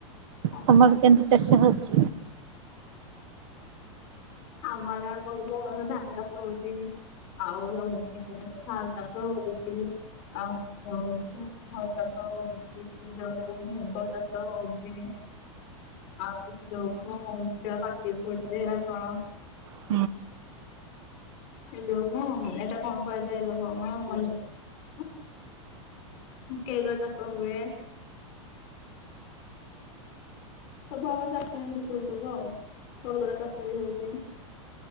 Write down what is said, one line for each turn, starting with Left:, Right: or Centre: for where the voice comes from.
Left: ହଁ
Right: ତମଆଡ଼େ କେମତି ଚାଷ ହଉଚି?
Left: ଆମଆଡ଼େ ଆଉ କହିଲିବା ଯୋଉ ଧାନଚାଷ ହଉଚି। ଆଉ ହଉଚି ସାରୁଚାଷ ହଉଚି ଆଉକଣ ହୋଉଚି ଘ ଚାଷ ହଉଛି ଯୋଉ ମୁଗ ଚାଷ ହଉଛି <unintelligible>
Right: ଚାଲିଛି ନା ଖିଆପିଆ
Left: ଏ ଯୋଉ ମ ଏଇଟା କଣ କୁହାଯାଏ <unintelligible> କେଋଆ ଚାଷ ହୁଏ ସବୁ ଆମର ଚାଷ ଏମିତି ହୁଏ ସବୁ ଆଉ କଲରା ଚାଷ ବି ହଉଛି।